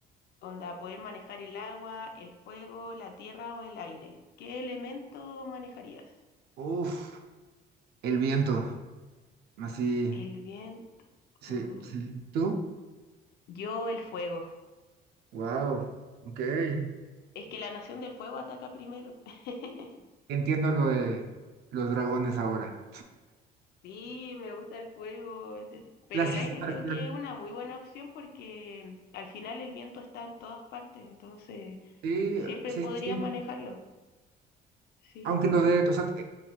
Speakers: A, on the left; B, on the right.
A: Onda, poder manejar el agua, el fuego, la tierra o el aire. ¿Qué elemento manejarías?
B: Uf, el viento. Así,
A: El viento.
B: sí,
A: mm,
B: sí. ¿Tú?
A: Yo el fuego.
B: Wow, ok. Eh,
A: Es que la nación del fuego ataca primero. <laughs>
B: Entiendo lo de los dragones ahora.
A: Sí, me gusta el fuego, entretí- pero
B: La sensación.
A: el aire creo que es una muy buena opción porque al final el viento está en todas partes, entonces
B: Sí,
A: siempre
B: sí,
A: podrías
B: sí. sí.
A: manejarlo. Sí.
B: Aunque lo de, o sea, eh,